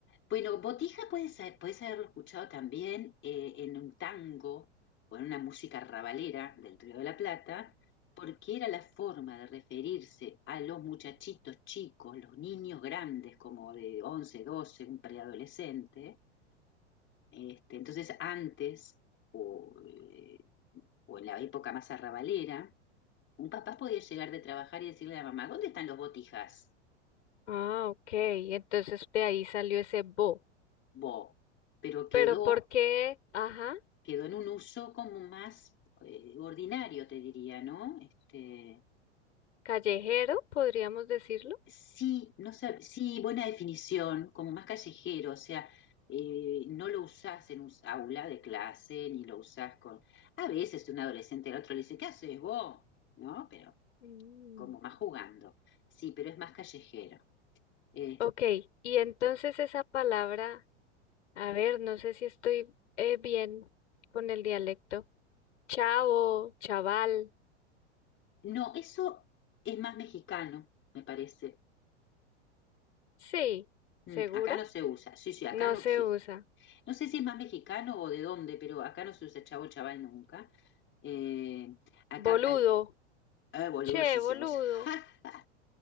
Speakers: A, on the left (about 35°); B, on the left (about 75°).
A: Bueno, botija puede ser, puedes haberlo escuchado también eh, en un tango o en una música rabalera del Río de la Plata, porque era la forma de referirse a los muchachitos chicos, los niños grandes, como de 11, 12, un preadolescente, Este, entonces, antes, o, eh, o en la época más arrabalera, un papá podía llegar de trabajar y decirle a la mamá, ¿dónde están los botijas?
B: Ah, ok. Entonces de ahí salió ese Bo.
A: Bo, pero quedó,
B: Pero ¿por qué? Ajá,
A: quedó en un uso como más eh, ordinario, te diría, ¿no? Este,
B: callejero, podríamos decirlo.
A: sí, no sé, sí, buena definición, como más callejero, o sea, eh, no lo usás en un aula de clase, ni lo usás con... A veces un adolescente al otro le dice, ¿qué haces vos? ¿No? Pero
B: Mm.
A: como más jugando. Sí, pero es más callejero. Eh,
B: Ok, y entonces esa palabra, a ver, no sé si estoy eh, bien con el dialecto. Chavo, chaval,
A: no, eso es más mexicano, me parece.
B: sí,
A: Mm,
B: ¿segura?
A: acá no se usa. Sí, sí, acá
B: No
A: no
B: se
A: existe.
B: usa.
A: No sé si es más mexicano o de dónde, pero acá no se usa chavo chaval nunca. Eh, acá,
B: Boludo,
A: al- eh, boludo
B: che,
A: sí
B: boludo,
A: se usa. <laughs>